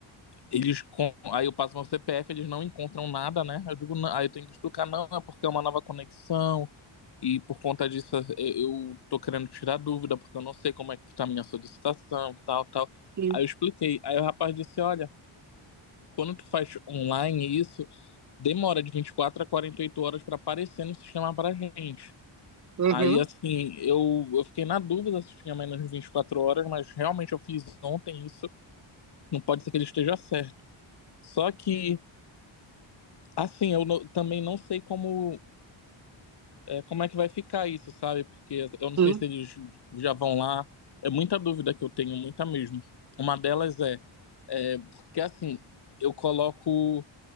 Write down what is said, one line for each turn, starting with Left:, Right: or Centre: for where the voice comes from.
Left: Eles com... Aí eu passo meu CPF, eles não encontram nada, né? Eu digo, não. aí eu tenho que explicar, não, é porque é uma nova conexão e por conta disso eu eu tô querendo tirar dúvida porque eu não sei como é que tá a minha solicitação, tal, tal.
Right: sim,
Left: Aí eu expliquei. Aí o rapaz disse, olha, quando tu faz online isso, demora de 24 a 48 horas para aparecer no sistema pra gente.
Right: uhum,
Left: Aí assim, eu, eu fiquei na dúvida se tinha menos de 24 horas, mas realmente eu fiz ontem isso, não pode ser que ele esteja certo. Só que Assim, eu não- também não sei como é, como é que vai ficar isso, sabe? Porque eu não sei
Right: sim,
Left: se eles já vão lá. É muita dúvida que eu tenho, muita mesmo. Uma delas é, é porque assim, eu coloco. O